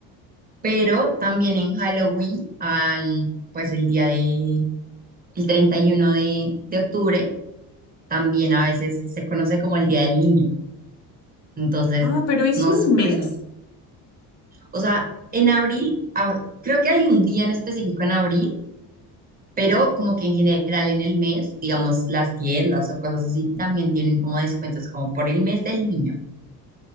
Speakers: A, on the right; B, on the left.
A: pero también en Halloween, al, pues el día de, el 31 de, de octubre, también a veces se conoce como el Día del Niño. Entonces,
B: Ah, pero es
A: no
B: un
A: sé,
B: mes.
A: por eso. O sea, en abril, ah, creo que hay un día en específico en abril pero como que en general en el mes, digamos, las tiendas o cosas así también tienen como descuentos como por el mes del niño.